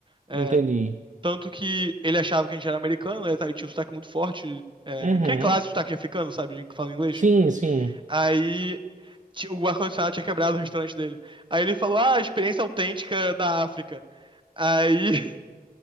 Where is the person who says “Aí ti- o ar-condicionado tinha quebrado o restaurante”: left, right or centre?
Right